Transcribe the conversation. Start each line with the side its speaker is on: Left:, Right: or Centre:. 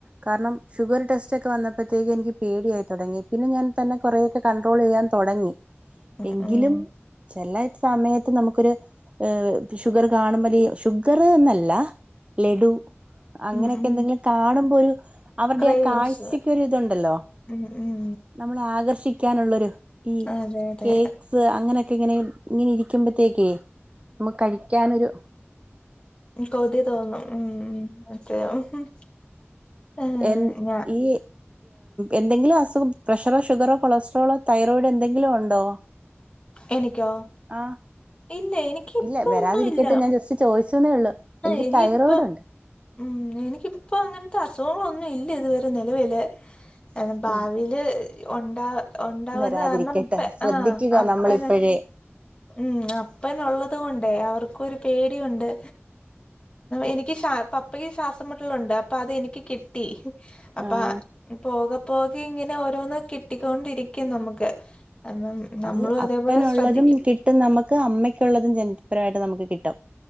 Right: കാരണം ഷുഗർ ടെസ്റ്റ് ഒക്കെ വന്നപ്പോ തേക്ക് എനിക്ക് പേടിയായി തുടങ്ങി പിന്നെ ഞാൻ തന്നെ കുറെക്കെ കണ്ട്രോൾ ചെയ്യാൻ തുടങ്ങി
Left: ഉം
Right: എങ്കിലും
Left: ഉം
Right: ചെല സമയത്ത് നമുക്കൊരു <unintelligible> ഷുഗർ കാണുമ്പോഴി ഷുഗർന്നല്ല ലഡു അങ്ങനെയൊക്കെ
Left: ഉം ഉം
Right: എന്തെങ്കിലും കാണുമ്പോ ഒരു അവരുടെ
Left: ക്രേവിങ്സ്
Right: ആ കാഴ്ചക്കൊ ഒരു ഇതുണ്ടല്ലോ
Left: ഉം ഉം
Right: നമ്മളെ ആകർഷിക്കാനുള്ളൊരു ഈ
Left: അതെ അതെ
Right: കേക്ക്സ് അങ്ങനെ ഇങ്ങനെ ഇങ്ങനെ ഇരിക്കുമ്പോത്തേക്കേ നമ്മക്ക്. കഴിക്കാനൊരു.
Left: കൗതി തോന്നു ഉം <unintelligible> ഏഹ്
Right: എൻ
Left: ഞാ
Right: ഈ എന്തെങ്കിലും അസുഖം പ്രഷറോ, ഷുഗറോ, കൊളസ്ട്രോളോ, തൈറോയിഡ്, എന്തെങ്കിലും ഉണ്ടോ?
Left: എനിക്കോ
Right: ആഹ്
Left: ഇല്ല എനിിക്ക
Right: ഇല്ല
Left: ിപ്പഒന്നുല്ലാ
Right: വരാതിരിക്കട്ടെ ഞാൻ ജസ്റ്റ് ചോദിച്ചെന്നേ ഉള്ളു
Left: ആ
Right: എനിക്ക്
Left: ഇനിയിപ്പ
Right: തൈറോയിഡ്
Left: ഉം എനിക്കിപ്പ അങ്ങനത്തെ അസോങ്ങളൊന്നും ഇല്ല ഇത് വരെ നിലവില അ
Right: ഉണ്ട്
Left: ഭാവിൽ ഉണ്ടാവ ഉണ്ടാവന്ന്
Right: വരാതിരിക്കട്ടെ
Left: കാരണം. പ്പ
Right: ശ്രദ്ധിക്കുക
Left: ആഹ അപ്പനെ
Right: <inaudible>
Left: ഉം അപ്പന ഉള്ളത് കൊണ്ടേ അവർക്കുംരു പേടിണ്ട്. എനിക്ക് ശ പപ്പയ്ക്ക് ശ്വാസംമട്ടലൽ ഉണ്ട് അപ്പൊ അതെനിക്ക് കിട്ടി. അപ്പ
Right: ആഹ്
Left: പോക പോകെ ഇങ്ങനെ ഓരോന്നും കിട്ടിക്കൊണ്ടിരിക്കും. നമുക്ക്. കണം
Right: അത്
Left: നമ്മളും
Right: അപ്പനുള്ളതും
Left: അതേപോലെ ശ്രദ്ധിക്കണം.
Right: കിട്ടും നമുക്ക് അമ്മയ്ക്കുള്ളതും. ജനപരമായിട്ട് നമുക്ക് കിട്ടും.